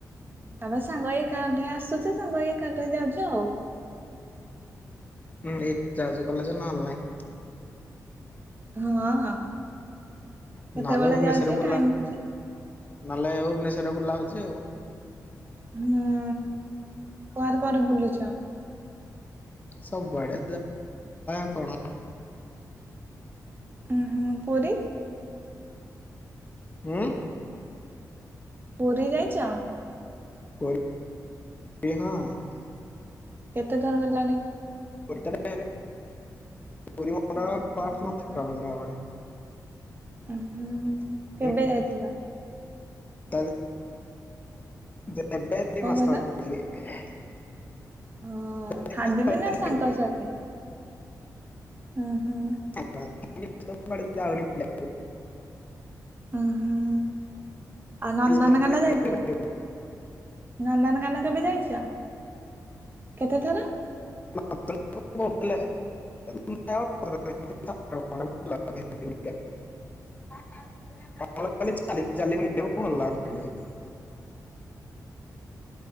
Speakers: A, on the right; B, on the left.
A: ତାପରେ ସାଙ୍ଗ ଏଇକା ଅଭ୍ୟାସ ଅଛି ସାଙ୍ଗ ହେଇ ଏକାଥରେ ଯାଉଛ ଆଉ।
B: ହୁଁ ଏଇ ଯାଉଜ କଲେଜ ନହଲେ ନାଇଁ
A: ହଁ ହଁ କେତେବେଳେ
B: ନହେଲେ ଭୁବନେଶ୍ୱରରେ
A: ଯାଉଛି
B: ବୁଲା
A: ଟାଇମ ହଉଛି।
B: ନହେଲେ ଭୁବନେଶ୍ୱରରେ ବୁଲା ହଉଛି ଆଉ।
A: ହୁଁ କୁଆରେ କୁଆରେ ବୁଲିଛ?
B: ସବୁଆଡ଼େ <unintelligible>
A: ହୁଁ ହୁଁ ପୁରି
B: ହୁଁ।
A: ପୁରୀ ଯାଇଛ?
B: <unintelligible>
A: କେତେଥର ହେଲାଣି?
B: <unintelligible>
A: ଉହୁଁ, ହୁଁ
B: ହୁଁ
A: କେବେ ଯାଇଥିଲ?
B: <unintelligible>
A: କଣ କହିଲ ହ
B: ଏଇ
A: ଫାମିଲି
B: ମାସ ତଳେ
A: ନା
B: ଯାଇଥିଲି
A: ସାଙ୍ଗ
B: ପୁରୀ।
A: ସାଥି ହୁଁ ହୁଁ।
B: <unintelligible>
A: ଉ ହୁଁ ଆଉ ନନ୍ଦନକାନ
B: ଚାଲି
A: ଯାଇଥିଲ।
B: ବୁଲିବାକୁ
A: ନନ୍ଦନକାନ କେବେ ଯାଇଛ କେତେଥର?
B: <unintelligible> <unintelligible>